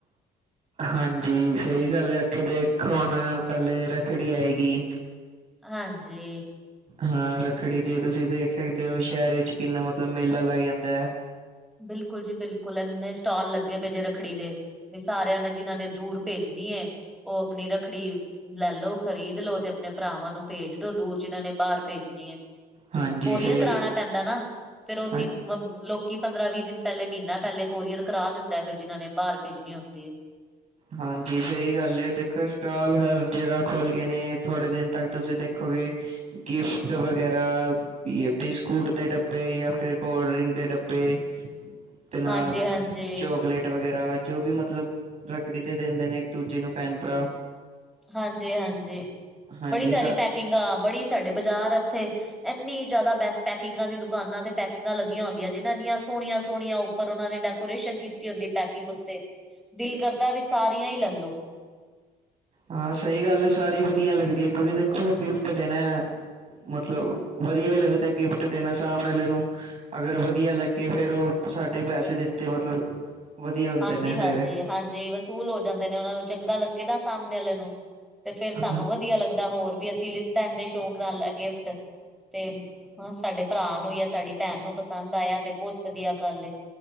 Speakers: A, on the right; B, in the centre.
A: ਹਾਂਜੀ, ਸਹੀ ਗੱਲ ਹੈ, ਕਿ ਦੇਖ ਹੁਣ ਪਹਿਲੇ ਰੱਖੜੀ ਆਏਗੀ।
B: ਹਾਂਜੀ
A: ਹਾਂ ਰੱਖੜੀ ਤੇ ਤੁਸੀਂ ਦੇਖ ਸਕਦੇ ਹੋ, ਸ਼ਹਿਰ ਵਿੱਚ ਕਿੰਨਾ ਮਤਲਬ ਮੇਲਾ ਲੱਗ ਜਾਂਦਾ ਹੈ
B: ਬਿਲਕੁਲ ਜੀ ਬਿਲਕੁਲ ਐੰਨੇ, ਸਟਾਲ ਲੱਗੇ ਪਏ ਜੇ ਰੱਖੜੀ ਦੇ, ਵੀ ਸਾਰਿਆਂ ਨੇ ਜਿਨਾਂ ਨੇ ਦੂਰ ਭੇਜਣੀ ਹੈ। ਉਹ ਆਪਣੀ ਰੱਖੜੀ ਲੈ ਲੋ, ਖ਼ਰੀਦ ਲੋ, ਤੇ ਆਪਣੇ ਭਰਾਵਾਂ ਨੂੰ ਭੇਜ ਦੋ ਦੂਰ ਜਿਨਾਂ ਨੇ ਬਾਹਰ ਭੇਜਣੀ ਹੈ,
A: ਹਾਂਜੀ
B: ਕੋਰੀਅਰ
A: ਸਹੀ
B: ਕਰਾਣਾ ਪੈਂਦਾ ਨਾ, ਫੇਰ ਉਹਸੀਂ
A: ਹਾਂ-
B: ਮ ਲੋਕੀ ਪੰਦਰਾਂ ਵੀਹ ਦਿਨ ਪਹਿਲੇ ਮਹੀਨਾ ਪਹਿਲੇ ਕੋਰੀਅਰ ਕਰਾ ਦਿੰਦਾ, ਫਿਰ ਜਿਨ੍ਹਾਂ ਨੇ ਬਾਹਰ ਭੇਜਣੀ ਹੁੰਦੀ ਹੈ।
A: ਹਾਂਜੀ ਸਹੀ ਗੱਲ ਦੇਖੋ, ਸਟਾਲ ਹਰ ਜਗ੍ਹਾ ਖੁਲ੍ਹ ਗਏ ਨੇ, ਥੋੜੇ ਦਿਨ ਤੱਕ ਤੁਸੀਂ ਦੇਖੋਗੇ। ਗਿਫਟ ਵਗੈਰਾ, ਜਾ ਬਿਸਕੁਟ ਦੇ ਡੱਬੇ, ਜਾਂ ਫਿਰ ਕੋਲਡ ਡਰਿੰਕ ਦੇ ਡੱਬੇ ਤੇ, ਤੇ ਨਾਲ
B: ਹਾਂਜੀ-ਹਾਂਜੀ,
A: ਚੋਕਲੇਟ ਵਗੈਰਾ ਜੋ ਵੀ ਮਤਲਬ ਰੱਖੜੀ ਤੇ ਦਿੰਦੇ ਨੇ ਇੱਕ ਦੂਜੇ ਨੂੰ ਭੈਣ ਭਰਾ
B: ਹਾਂਜੀ- ਹਾਂਜੀ,
A: ਹਾਂਜੀ
B: ਬੜੀ ਸਾਰੀ
A: ਸ
B: ਪੈਕਿੰਗ ਆ, ਬੜੀ ਸਾਡੇ ਬਾਜ਼ਾਰ ਇੱਥੇ ਇੰਨੀ ਜ਼ਿਆਦਾ ਬੈਕ ਪੈਕਿੰਗਾਂ ਦੀ ਦੁਕਾਨਾਂ ਤੇ ਪੈਕਿੰਗਾਂ ਲੱਗੀਆਂ ਹੁੰਦੀਆਂ ਜੀ ਨਾ ਇੰਨੀਆਂ ਸੋਹਣੀਆਂ- ਸੋਹਣੀਆਂ, ਪਰ ਉਹਨਾਂ ਨੇ ਡੈਕੋਰੇਸ਼ਨ ਕੀਤੀ ਹੁੰਦੀ ਪੈਕਿੰਗ ਉੱਤੇ, ਦਿਲ ਕਰਦਾ ਵੀ ਸਾਰੀਆਂ ਹੀ ਲੈਲੋ
A: ਹਾਂ ਸਹੀ ਗੱਲ ਹੈ ਸਾਰੀ ਵਧੀਆ ਲੱਗਦੀ ਹੈ, ਕਿਉਂਕਿ ਦੇਖੋ ਗਿਫਟ ਦੇਣਾ ਹੈ। ਮਤਲਬ ਵਧੀਆ ਵੀ ਲੱਗਦਾ, ਗਿਫਟ ਦੇਣਾ ਸਾਮ ਵਾਲੇ ਨੂੰ ਅਗਰ ਵਧੀਆ ਲੱਗੇ ਫੇਰ ਉਹ, ਸਾਡੇ ਪੈਸੇ ਦਿੱਤੇ ਮਤਲਬ ਵਧੀਆ ਹੁੰਦੇ
B: ਹਾਂਜੀ
A: ਨੇ ਫੇਰ
B: ਹਾਂਜੀ ਹਾਂਜੀ, ਵਸੂਲ ਹੋ ਜਾਂਦੇ ਨੇ ਉਹਨਾਂ ਨੂੰ ਚੰਗਾ ਲੱਗੇ ਨਾ ਸਾਹਮਣੇ ਵਾਲੇ ਨੂੰ ਤੇ ਫੇਰ ਸਾਨੂੰ
A: ਹਾਂ
B: ਵਧੀਆ ਲੱਗਦਾ, ਹੋਰ ਵੀ ਅਸੀਂ ਲਿੱਤਾ ਇੰਨੇ ਸ਼ੌਕ ਨਾਲ ਏਹ ਗਿਫਟ ਤੇ, ਹਾਂ ਸਾਡੇ, ਭਰਾ ਨੂੰ ਜਾਂ ਸਾਡੀ ਭੈਣ ਨੂੰ ਪਸੰਦ ਆਇਆ ਤੇ ਬਹੁਤ ਵਧੀਆ ਗੱਲ ਏ,